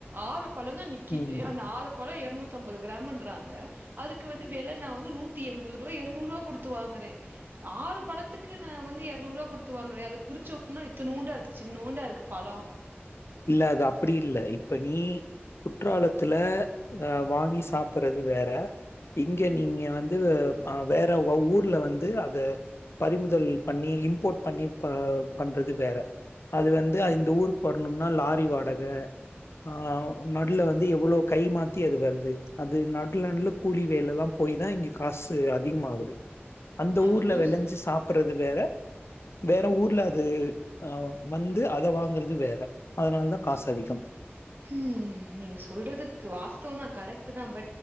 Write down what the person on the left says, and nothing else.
ம்.
இல்ல அது அப்படி இலல இப்ப நீ குற்றாலத்துல அஹ வாங்கி சாப்பிடுறது வேற இங்க நீங்க வந்து ஹ வேற ஊர்ல வந்து அத பறிமுதல் பண்ணி இம்போர்ட் பண்ணி பண்றது வேற அது வந்து இந்த ஊரு ணும்னா லாரி வாடகை ஆஹ் நடுல வந்து எவ்வளவு கை மாத்தி அது வருது அது நடு நடுவுல கூலி வேலை எல்லாம் போய் தான் இங்க காசு அதிகமாககுது அந்த
ஊர்ல வெளைஞ்சு
சாப்பறது வேற வேற ஊர்ல அது ஆஹ் வந்து அதை வாங்கறது வேற அதனால தான் காசு அதிகம்.